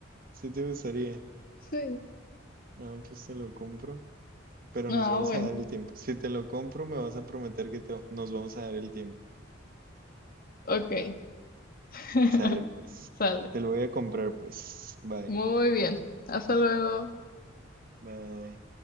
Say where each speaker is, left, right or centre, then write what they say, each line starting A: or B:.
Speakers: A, on the right (about 45°); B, on the left (about 50°).
A: Sí te gustaría.
B: sí.
A: Ah, pues te lo compro. Pero
B: Ah,
A: nos vamos
B: bueno.
A: a dar el tiempo. Si te lo compro, me vas a prometer que te- nos vamos a dar el tiempo.
B: Ok. <laughs>
A: Sale, pues.
B: Sale.
A: Te lo voy a comprar, pues. Bye.
B: Muy bien. Hasta luego.
A: Bye.